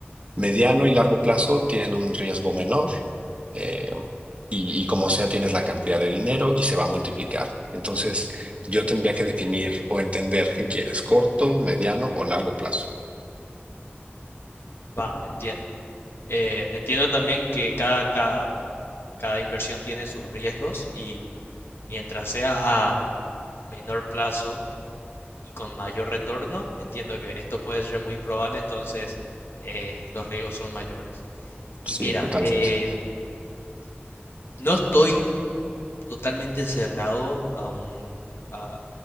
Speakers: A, on the right; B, on the left.
A: Mediano y largo plazo tienen un riesgo menor eh, y, y como sea tienes la cantidad de dinero y se va a multiplicar. Entonces yo tendría que definir o entender qué quieres, corto, mediano o largo plazo.
B: Va, entiendo. Eh, entiendo también que cada, cada, cada inversión tiene sus riesgos y mientras sea a menor plazo, y con mayor retorno, entiendo que esto puede ser muy improbable, entonces eh, los riesgos son mayores. Y
A: Sí,
B: mira,
A: totalmente.
B: eh, no estoy totalmente cerrado a un, a,